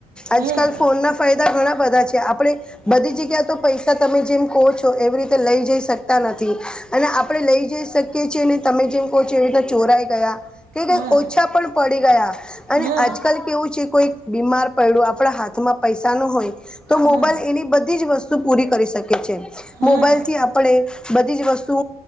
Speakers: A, in the centre; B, on the right.
A: આજકાલ
B: હમ
A: ફોનના ફાયદા ઘણા બધા છે આપડે બધી જગ્યા તો પૈસા તમે જેમ કહો છો એવી રીતે લઈ જઈ શકતા નથી અને આપડે લઈ જઈ શક કે છે ને તમે જેમ કહો છો એ રીતના ચોરાય ગયા કે કઈ
B: હમ
A: ઓછા પણ પડી ગયા અને
B: હમ
A: આજકાલ કેવું છે કોઈ બીમાર પડડું આપડા હાથમાં પૈસાનો હોય તો
B: હમ
A: મોબાઈલ એની બધી જ વસ તે પૂરી કરી શકી છે
B: હમ
A: મોબાઈલથી આપડે બધી જ વસ્તુ